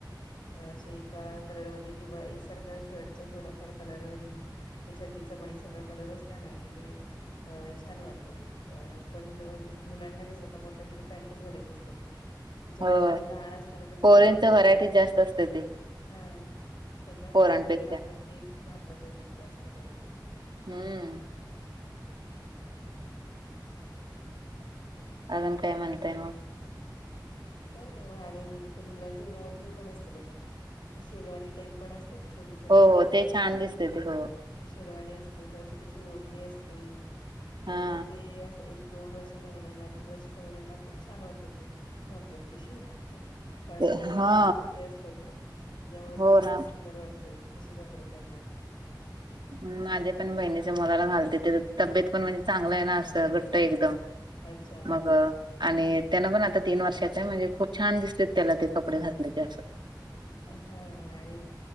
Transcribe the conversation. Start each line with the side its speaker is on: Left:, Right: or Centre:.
Left: अ असे एका कलरमध्ये किंवा एकसारख्या शर्टचा थोडाफार कलर आणि - त्या चड्डीचा पण एकसारखा कलर असला ना की ते अं छान वाटतात. अं पण मुलांना कसं आता मोठ्यापणी पॅन्टच घालायच्या असतात ना? त्याच्यामुळे
Right: हो
Left: ते लहान असताना त्यांनी
Right: पोरींच
Left: मला वाटतं-
Right: व्हरायटी जास्त असतयं ते.
Left: हा त्यांना
Right: पोरांपेक्षा
Left: कसं, उलट आपण ते घातलं पाहिजे जास्त करून.
Right: हूं. आजून काय म्हणताय म?
Left: काही नाही वाहाणी देतात. ते मुलांच्या ह्याच्यामध्ये हे पण असतं बघा शेरवानी टाईप. पण असतात छोटे छोटे.
Right: हो
Left: कपडे.
Right: हो ते छान दिसते ते हो.
Left: शेरवाणी असते त्याला छोटीशी ओढणी असते
Right: हा
Left: आणि ते असं एक दोन वर्षाच्या मुलांना, तीन वर्षाच्या मुलांना खूप छान वाटतं ते घातलं की. कारण
Right: ते
Left: ती खूप
Right: हा
Left: छोटी छोटी असतात ना, त्याच्यामुळे
Right: हो
Left: ती
Right: ना
Left: खूप सुंदर वाटतात. तशे कपडे त्यांना
Right: माझ्या पण बहिणीच्या मुलाला घालतात. त्याची तब्येत पण म्हणजे चांगलं आहे ना, असं घट्ट एकदम.
Left: अच्छा
Right: मग आणि तेनं पण आता तीन वर्षांचा आहे. म्हणजे खूप छान दिसत्यात ते त्याला, ते कपडे घातलं की असं.
Left: हा आणि